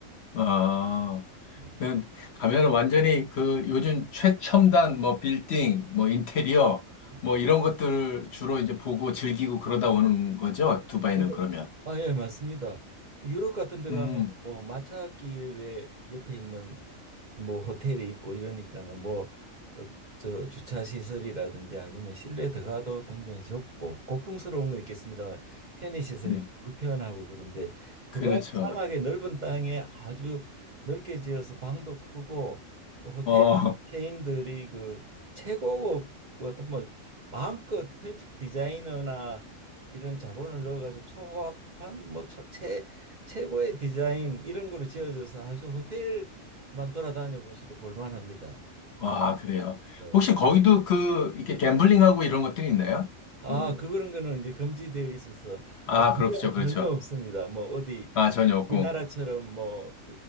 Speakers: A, on the left; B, on the right.
A: 아,
B: 네.
A: 그 가면 완전히 그 요즘 최첨단 뭐 빌딩, 뭐 인테리어,
B: 네.
A: 뭐 이런 것들 주로 이제 보고 즐기고 그러다 오는 거죠. 두바이는
B: 아, 예,
A: 그러면.
B: 아, 예, 맞습니다. 유럽 같은 데 가면
A: 음,
B: 뭐 마차길에 옆에 있는 뭐 호텔이 있고 이러니까는 뭐 어, 저 주차 시설이라든지 아니면 실내 들어가도 굉장히 좁고 고풍스러운 건 있겠습니다만 편의 시설이
A: 네,
B: 좀 불편하고 그런데
A: 그렇죠.
B: 두바이 사막의 넓은 땅에 아주 넓게 지어서 방도 크고 또 호텔
A: 어,
B: 체인들이 그 최고급 어떤 뭐 마음껏 별집 디자이너나 이런 자본을 넣어가지고 초호화판 뭐 최, 최고의 디자인 이런 거로 지어져서 아주 호텔 만 돌아다녀 보셔도 볼만합니다.
A: <laughs> 아, 그래요.
B: 네.
A: 혹시 거기도 그 이렇게 갬블링하고 이런 것들이 있나요? 그,
B: 아, 그, 그런 거는 이제 금지되어 있어서
A: 아,
B: 어, 전혀,
A: 그렇죠,
B: 전혀
A: 그렇죠.
B: 없습니다. 뭐 어디
A: 아, 전혀 없고.
B: 우리나라처럼 뭐